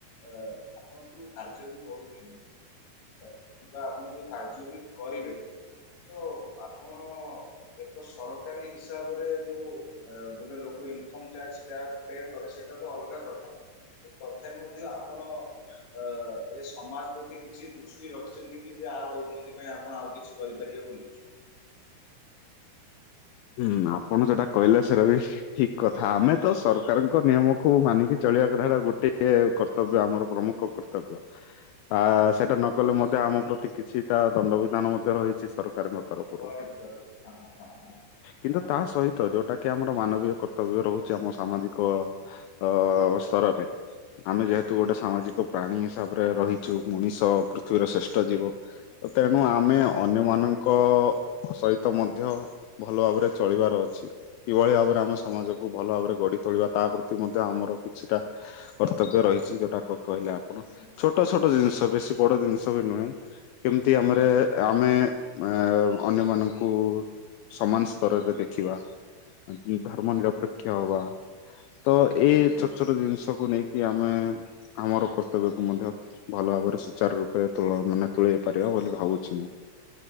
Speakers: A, on the left; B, on the left.
A: ଆ, ଆପଣ ଯୋଉ କାର୍ଯ୍ୟ ବି କରୁଛନ୍ତି ଏ କିବା ଆପଣ ଯୋଉ କାର୍ଯ୍ୟ ବି କରିବେ। ତ ଆପଣ ଏକ ସରକାରୀ ହିସାବରେ ଯୋଉ ଏ ଗୋଟେ ଲୋ କୁ ଇନକମ୍ ଟ୍ୟାକ୍ସ ଟା ପେ କରେ ସେଇଟା ତ ଅଲଗା କଥା। ତଥାପି ମଧ୍ୟ ଆପଣ ଅ, ଏ ସମାଜ ପ୍ରତି କିଛି ଦୃଷ୍ଟି ରଖିଛନ୍ତି କି ଯେ ଆର ଉନ୍ନତି ପାଇଁ ଆପଣ ଆଉ କିଛି କରିପାରିବେ। ବୋଲ ଛୁ
B: ହୁଁ, ଆପଣ ସେଟା କହିଲେ ସେଟା ବି ଠିକ କଥା। ଆମେ ତ ସରକାରଙ୍କ ନିୟମକୁ ମାନିକି ଚ ଚଳିବା କଥା ସେଟା ଗୋଟେ ଏ କର୍ତ୍ତବ୍ୟ ଆମର ପ୍ରମୁଖ କର୍ତ୍ତବ୍ୟ। ଆ, ସେଟା ନ
A: ହଁ,
B: କଲେ ମଧ୍ୟ ଆମ ପ୍ରତି କିଛିଟା ଦଣ୍ଡବିଧାନ ମଧ୍ୟ ରହିଚି। ସର କାରଙ୍କ ତରଫରୁ।
A: ଅବହେଳିତ ରହିଛି। ହଁ ହଁ ହଁ ହଁ ହଁ,
B: କିନ୍ତୁ
A: ହଁ,
B: ତା ସହିତ ଯୋଉଟା କି ଆମର ମାନବୀୟ କର୍ତ୍ତବ୍ୟ ରହୁଚି। ଆମ ସାମାଜିକ ଅ, ଅସ ସ୍ତରରେ। ଆମେ ଯେହେତୁ ଗୋଟେ ସାମାଜିକ ପ୍ରାଣୀ ହିସାବରେ ରହିଚୁ। ମଣିଷ ପୃଥିବୀର ଶ୍ରେଷ୍ଠ ଜୀବ। ତ ତେ ଣୁ ଆମେ
A: ନିଶ୍ଚିତ
B: ଅନ୍ୟମାନଙ୍କ
A: ଭାବରେ।
B: ସହିତ ମଧ୍ୟ ଭଲ ଭାବରେ ଚଳିବାର ଅଛି। କିଭଳି ଭାବରେ ଆମେ ସମାଜକୁ ଭଲ ଭାବରେ ଗଢି ତୋଳିବା ତା ପ୍ରତି ମଧ୍ୟ ଆମ ର କିଛିଟା କର୍ତ୍ତବ୍ୟ ରହିଛି। ଯୋଉଟାକ କହିଲେ ଆପଣ
A: ହୁଁ, ହୁଁ।
B: ଛୋଟ ଛୋଟ ଜିନିଷ ବେଶୀ ବଡ ଜିନିଷ ବି ନୁହେଁ। କେମିତି
A: ନୁହେଁ
B: ଆମରେ ଅ, ଆମେ ଏ, ଅନ୍ୟମାନଙ୍କୁ ସମାନ ସ୍ତରରେ ଦେଖିବା ଅ, ଧର୍ମ ନିରପେକ୍ଷ
A: ହୁଁ ହୁଁ
B: ହବା। ତ ଏଇ
A: ହୁଁ ହୁଁ
B: ଛୋଟ ଛୋଟ ଜିନିଷ କୁ ନେଇକି ଆମେ ଆମର କର୍ତ୍ତବ୍ୟକୁ ମଧ୍ୟ ଭଲ ଭାବରେ ସୁଚାର ରୂପେ ତୁଳ ମାନେ ତୁଳେଇ ପାରିବା ବୋଲି ଭାବୁଛି ମୁଁ।